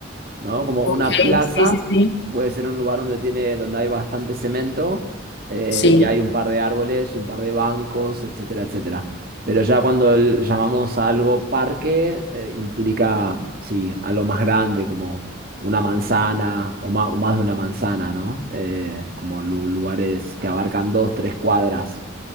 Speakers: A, on the right (about 45°); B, on the left (about 55°).
A: ¿no? Como
B: ok,
A: una plaza
B: sí, sí, sí,
A: puede ser un lugar donde tiene, donde hay bastante cemento eh,
B: sí,
A: y hay un par de árboles y un par de bancos, etcétera, etcétera. Pero ya cuando el- llamamos a algo parque, eh, implica, sí, algo más grande, como una manzana o más, o más de una manzana, ¿no? Eh, como lu- lugares que abarcan dos, tres cuadras